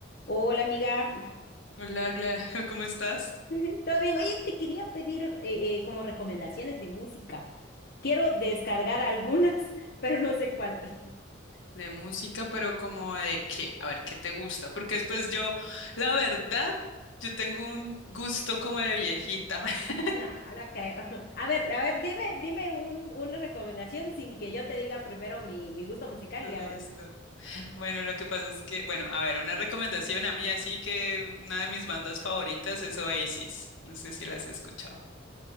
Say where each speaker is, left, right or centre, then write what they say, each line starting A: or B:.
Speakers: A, on the left; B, on the left.
A: Hola amiga,
B: Hola, Gla- <laughs> ¿cómo estás?
A: <laughs> ¿todo bien? Oye, te quería pedir eh, eh, como recomendaciones de música. Quiero descargar algunas, <laughs> pero no sé cuál. <laughs>
B: De música, pero como de qué, a ver, ¿qué te gusta? Porque después yo, la verdad, yo tengo un gusto como de viejita, <laughs>
A: No, no creo. <laughs> A ver, a ver, dime, dime un- una recomendación sin que yo te diga primero mi, mi gusto musical
B: me
A: y
B: gusta.
A: a ver. Ajá.
B: Bueno, lo que pasa es que, bueno, a ver, una recomendación a mí, así que una de mis bandas favoritas es Oasis, no sé si las has escuchado.